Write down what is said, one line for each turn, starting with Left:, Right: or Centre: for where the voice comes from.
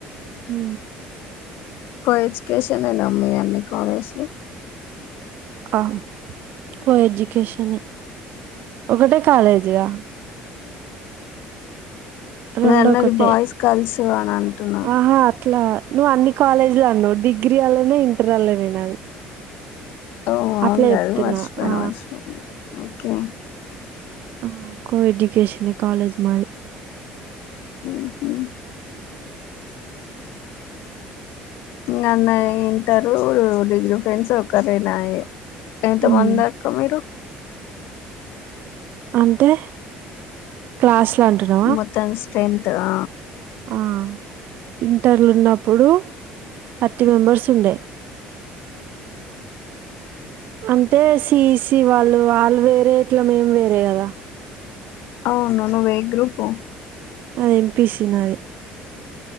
Right: హ
Left: కో ఎడ్యుకేషనేనా మీ అన్ని కాలేజ్లు
Right: ఆ కో ఎజ్యుకేషనే ఒకటే కాలేజ్ గా రెండు
Left: నేన్నది
Right: ఒకటే
Left: బాయ్స్ గల్స్ అంటున్న
Right: ఆహా అట్లా నువ్వు అన్ని కాలేజీలు అన్నవ్ డిగ్రీ అళ్ళనే ఇంటర్ అళ్ళనే నాది
Left: ఓ అవునుగాదు
Right: అట్లే చెప్తున్నా
Left: మరిశిపెయిన
Right: ఆ
Left: మరిశిపెయన ఓకే
Right: ఆ కో ఎడ్యుకేషనే కాలేజ్ మాది
Left: హమ్ మ్ ఇంగ అన్నయ్య ఇంటరు డిగ్రీ ఫ్రెండ్స్ ఒకరేనాయే ఎంతమందక్క
Right: ఉమ్,
Left: మీరు
Right: అంటే క్లాస్ లో అంటున్నవా
Left: మొత్తం స్ట్రెంత్ ఆ
Right: ఆ ఇంటర్లున్నప్పుడు థర్టీ మెంబర్స్ ఉండే అంటే సిఈసి వాళ్ళు వాళ్ళు వేరే ఇట్లా మేం వేరే కదా
Left: అవును నువే గ్రూపు
Right: నాది ఎంపీసి నాది